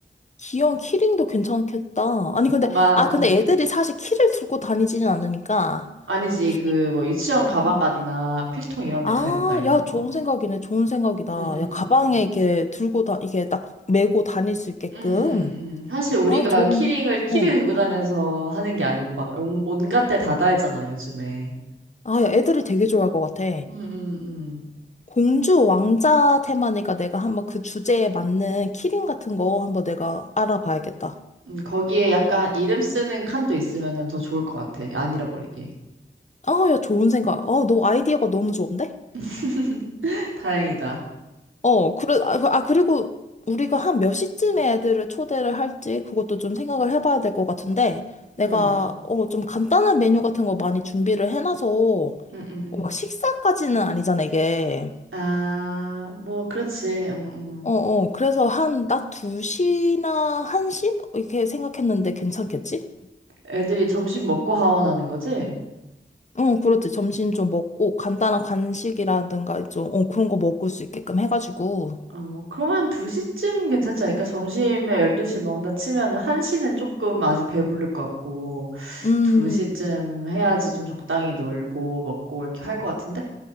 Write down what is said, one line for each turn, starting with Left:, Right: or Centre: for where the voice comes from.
Left: 귀여운 키링도 괜찮겠다. 아니, 근데,
Right: 뭔가
Left: 아,
Right: 음
Left: 근데 애들이 사실 키를 들고 다니지는 않으니까.
Right: 아니지
Left: 키링.
Right: 그 뭐 유치원 가방가디나
Left: 어.
Right: 필통 이런
Left: 아,
Right: 데 달고 다니는
Left: 야,
Right: 거.
Left: 좋은 생각이네. 좋은 생각이다.
Right: 음, 음,
Left: 야, 가방에
Right: 음, 음.
Left: 이렇게 들고 다, 이게 딱 메고 다닐 수 있게끔.
Right: 음, 음, 음. 음. 사실 우리가
Left: 아, 좋은,
Right: 키링을 키를
Left: 어.
Right: 들고 다녀서 하는 게 아니고 막 온- 온갖 데 다 달잖아 요즘에.
Left: 아, 야, 애들이 되게 좋아할 것 같아.
Right: 음, 음, 음.
Left: 공주 왕자 테마니까 내가 한번 그 주제에 맞는 키링 같은 거 한번 내가 알아봐야겠다.
Right: 음, 거기에 약간 이름 쓰는 칸도 있으면은 더 좋을 것 같아. 안 잃어버리게.
Left: 아, 야, 좋은 생각. 어, 너 아이디어가 너무 좋은데?
Right: <laughs> 다행이다.
Left: 어, 그래, 아, 그- 아, 그리고 우리가 한 몇 시쯤에 애들을 초대를 할지 그것도 좀 생각을 해봐야 될 것 같은데 내가
Right: 음,
Left: 어, 좀 간단한 메뉴 같은 거 많이 준비를 해놔서 어,
Right: 음, 음, 음.
Left: 막 식사까지는 아니잖아, 이게.
Right: 아, 뭐, 그렇지. 음, 음.
Left: 어, 어, 그래서 한 낮 2시나 1시? 이렇게 생각했는데 괜찮겠지?
Right: 애들이 점심 먹고 하원하는 거지?
Left: 응, 그렇지. 점심 좀 먹고 간단한 간식이라든가 좀 어, 그런 거 먹을 수 있게끔 해가지고.
Right: 어, 그러면 2시쯤 괜찮지 않을까? 점심에 12시 먹는다 치면은 1시는 조금 아직 배부를 것 같고,
Left: 음.
Right: 2시쯤 해야지 좀 적당히 놀고 먹고 이렇게 할 것 같은데?